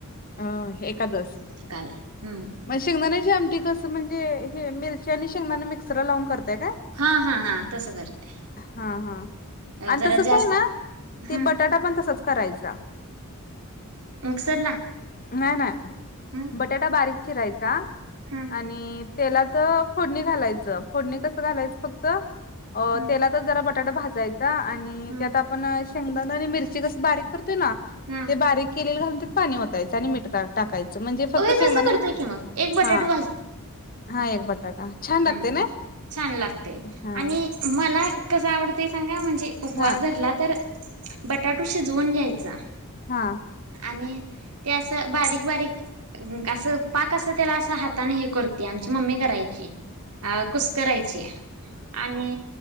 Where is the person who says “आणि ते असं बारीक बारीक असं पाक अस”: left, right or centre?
Right